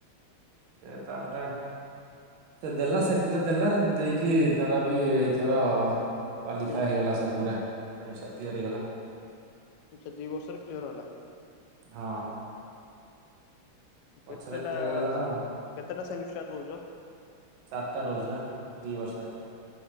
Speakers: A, on the right; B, on the left.
A: ସେ ତାପଟେ ସେ ଦେଲା ସେ ପିଲା ଦେଲା ଦେଇକି ତାର ବି ଏଇଥର କ୍ୱାଲିଫାଏ
B: କ୍ଲିୟର
A: ହେଇଗଲା ସବୁ ଉରା ସେମି <unintelligible> କ୍ଲିୟର୍ ହେଇଗଲା।
B: ଆଚ୍ଛା ଦି ବର୍ଷରେ କ୍ଲିୟର ହେଲା।
A: ହଁ। ପଛରେ
B: କେତେଟାସ୍
A: କ୍ଲିୟର ହେଇଗଲା ତାର ଆଉ।
B: କେତେଟା ସେମିଷ୍ଟାର୍ ଦଉଚ?
A: ଚାର୍ ଟା ରହୁଚି ବା ଦି ବର୍ଷରେ।